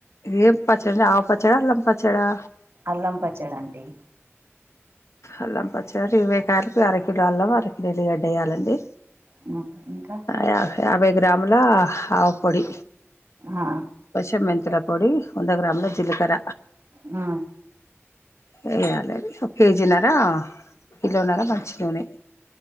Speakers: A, on the left; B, on the right.
A: ఏం పచ్చడీ ఆవు పచ్చడా అల్లం పచ్చడా
B: అల్లం పచ్చడండి
A: అల్లం పచ్చడంటె ఇరవై కాయలకు అరకిలో అల్లం అరకిలో ఎల్లిగడ్డ వెయ్యాలండి
B: హుమ్ ఇంక
A: యా యాభై గ్రాముల ఆవు పొడి
B: ఆ
A: కొంచం మెంతుల పొడి వంద గ్రాముల జిలకర
B: ఆ
A: వేయ్యాలె ఒక కేజీ నర కిలోనర మంచినూనె